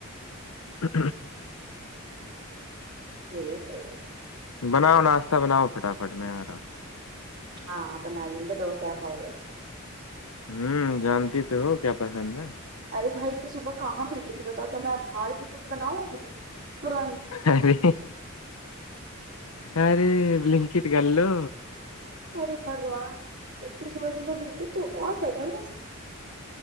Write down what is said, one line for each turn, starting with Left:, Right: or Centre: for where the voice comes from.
Left: ہ
Right: حھ ہے صحیح ہے
Left: بناؤ ناشتہ بناؤ فٹافٹ میں آ رہا ہوں
Right: ہاں اپ آج گ تو کیا خاؤ گی
Left: ہوں جانتی تو ہو کیا پسند ہے
Right: ارے بھائی تو صبح کہاں پ جی بتاؤ تو میں بہاڑ کیکٹ بناؤں ابھی ترنت
Left: ارے ارے لنکٹ کر لو
Right: ارے بگوان اتیس وز میں بیک تو آٹ ہے دس